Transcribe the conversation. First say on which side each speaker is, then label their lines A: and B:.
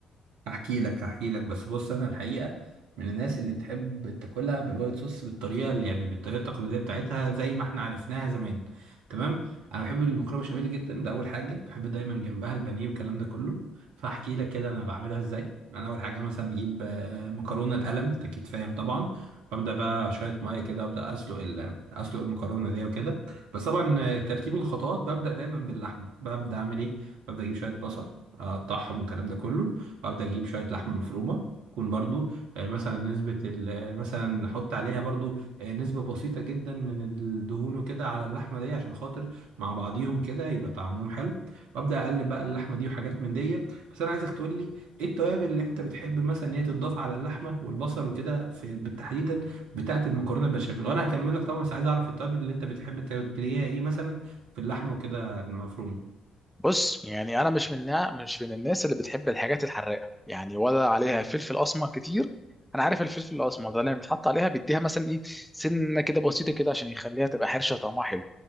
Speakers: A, on the right (about 70°); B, in the centre.
A: هحكي لك هحكي لك بس بص انا الحقيقه من الناس اللي بتحب تاكلها بالوايت صوص بالطريقه اللي يعني بالطريقه التقليديه بتاعتها زي ما احنا عرفناها زمان تمام انا بحب المكرونه بشاميل جدا ده اول حاجه بحب دايما جنبها البانيه والكلام ده كله فاحكي لك كده انا بعملها ازاي انا اول حاجه مثلا بجيب آه، مكرونه القلم انت اكيد فاهم طبعا ببدا بقى شويه ميه كده ابدا اسلق ال- اسلق المكرونه دي وكده بس طبعا آه، ترتيب الخطوات ببدا دايما باللحمه ببدا اعمل ايه ببدا اجيب شويه بصل اقطعهم والكلام ده كله وابدا اجيب شويه لحمه مفرومه تكون برضو آه، مثلا نسبة ال- آه، مثلا احط عليها برضو آه، نسبة بسيطة جدا من الدهون وكده على اللحمة دي عشان خاطر مع بعضيهم كده يبقى طعمهم حلو وابدا اقلب بقى اللحمة دي وحاجات من دي بس انا عايزك تقول لي ايه التوابل اللي انت بتحب مثلا ان هي تضاف على اللحمة والبصل وكده في بالتحديدا بتاعة المكرونة البشاميل وانا هكمل لك طبعا بس عايز اعرف التوابل اللي انت بتحب تلاقيها ايه مثلا في اللحمة وكده المفرومة
B: بص يعني انا مش من نا- مش من الناس اللي بتحب الحاجات الحراقه يعني ولا عليها فلفل اسمر كتير انا عارف الفلفل الاسمر ده لما بيتحط عليها بيديها مثلا ايه سنه كده بسيطه كده عشان يخليها تبقى حرشه طعمها حلو